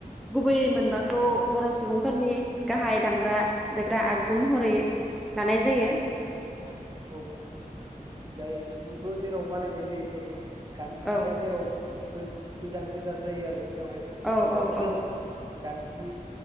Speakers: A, in the centre; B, on the right.
A: गुबैयै मोनबाखौ बर सुबुंफोरनि गाहाय
B: औ
A: दामग्रा देग्रा आग जु महरै
B: औ
A: लानाय जायो
B: औ औ जाय सिफुंखौ जेराव बानायनाय जायो जेरै गान्थिया
A: औ
B: जेराव गोज गोजान गोजान जायो आरो
A: औ
B: <unintelligible> औवा
A: औ
B: गोला
A: औ
B: गान्थि